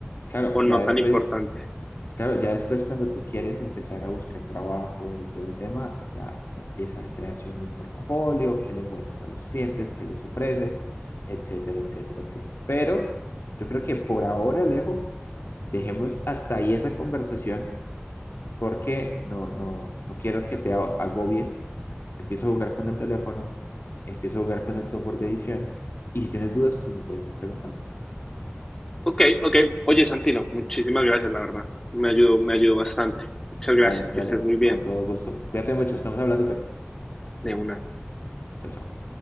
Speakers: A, on the left; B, on the left.
A: Claro,
B: o no
A: ya después,
B: tan importante.
A: claro, ya después cuando tú quieres empezar a buscar trabajo y todo el tema, ya, ya empieza la creación de un portafolio, qué le muestras a los clientes, qué les ofreces, etcétera, etcétera, etcétera. Pero yo creo que por ahora, Alejo, dejemos hasta ahí esa conversación porque no, no, no quiero que te a- agobies. Empiezo a jugar con el teléfono, empiezo a jugar con el software de edición y si tienes dudas, pues me puedes ir preguntando.
B: Ok, ok. Oye, Santino, muchísimas gracias, la verdad. Me ayudó, me ayudó bastante. Muchas gracias,
A: Dale, dale,
B: que estés muy bien
A: con todo gusto. Cuídate mucho, estamos hablando pues.
B: de una.
A: Chao, chao.